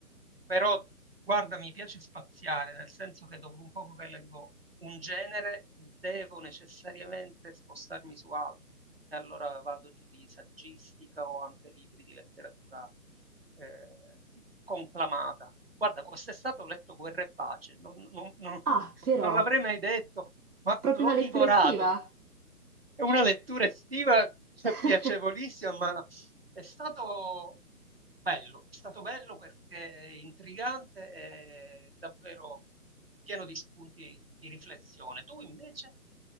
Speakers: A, on the right; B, on the right.
A: Però, guarda, mi piace spaziare, nel senso che dopo un poco che leggo un genere, devo necessariamente spostarmi su altro e allora vado giù di saggistica o anche libri di letteratura eh, conclamata. Guarda, quest'estate ho letto Guerra e Pace, non, non- non-
B: Ah, però,
A: non l'avrei mai detto, ma
B: proprio
A: l'ho
B: una lettura
A: divorato.
B: estiva?
A: È una lettura estiva, cioè,
B: <laughs>
A: piacevolissima, ma è stato bello, è stato bello perché è intrigante e davvero pieno di spunti di riflessione. Tu invece?